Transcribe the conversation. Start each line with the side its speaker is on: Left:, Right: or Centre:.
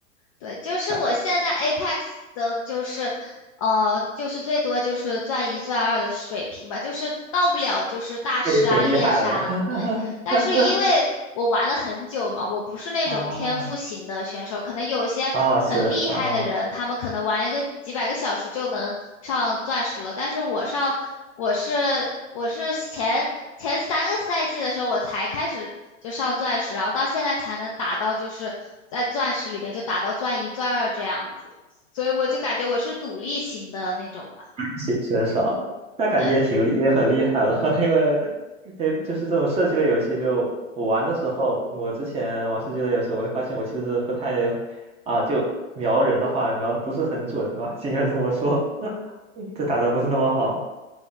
Left: 对，就是我现在
Right: app，
Left: Apex 的，就是呃，就是最多就是钻一钻二的水平吧，就是到不了就是大师啊、
Right: 这也挺厉害了。
Left: 猎杀啊对。
Right: <laughs>
Left: 但是因为我玩了很久嘛，我不是那种天赋型的选手，
Right: 啊，
Left: 可能有一些很厉害的人，
Right: 啊，是啊，
Left: 他们可能玩一个几百个小时就能上钻石了，但是我上我是我是前前三个赛季的时候我才开始就上钻石，然后到现在才能打到就是在钻石里面就打到钻一钻二这样子，所以我就感觉我是努力型的那种吧，
Right: 写选少，那感觉也挺厉，
Left: 对。
Right: 也很厉害了，<laughs> 因为，诶，就是这种射击类游戏就，我玩的时候，我之前玩射击类游戏，我会发现我其实不太，啊，就瞄人的话，瞄的不是很准吧，应该这么说，<laughs> 就打的不是那么好。